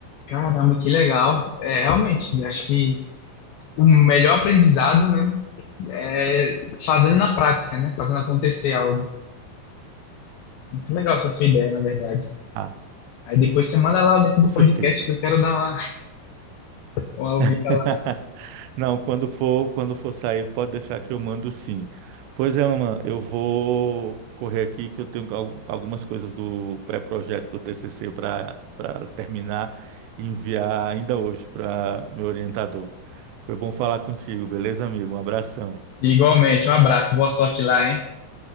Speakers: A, on the left; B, on the right.
A: caramba, que legal. É, realmente, acho que o melhor aprendizado, né, é fazendo na prática, né, fazendo acontecer algo. Muito legal essa sua ideia, na verdade.
B: Ah,
A: Aí depois você manda lá o link do
B: com certeza.
A: podcast que eu quero dar uma, uma ouvida
B: <laughs>
A: lá.
B: Não, quando for, quando for sair, pode deixar que eu mando sim. Pois é, Aman, eu vou correr aqui que eu tenho al- algumas coisas do pré-projeto do TCC para para terminar e enviar ainda hoje para meu orientador. Foi bom falar contigo, beleza, amigo? Um abração.
A: Igualmente, um abraço, boa sorte lá, hein?